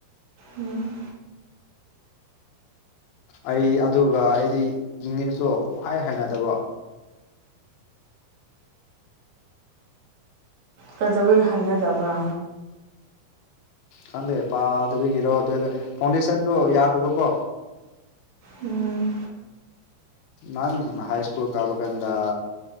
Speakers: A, on the right; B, on the left.
A: ꯎꯝ
B: ꯑꯩ ꯑꯗꯨꯒ ꯑꯩꯗꯤ ꯏꯪꯉꯤꯁꯇꯣ ꯄꯍꯥꯏ ꯍꯥꯏꯅꯗꯕ
A: ꯀꯖꯕꯩ ꯍꯥꯏꯅꯗꯕ꯭ꯔꯥ
B: ꯈꯪꯗꯦ ꯄꯥꯗꯕꯤꯒꯤꯔꯣ ꯑꯗꯨ ꯑꯗ ꯐꯥꯎꯟꯗꯦꯁꯟꯗꯣ ꯌꯥꯗꯕꯀꯣ
A: ꯎꯝ
B: ꯅꯥꯟ ꯍꯩ ꯁꯀꯨꯜ ꯀꯕ ꯀꯗ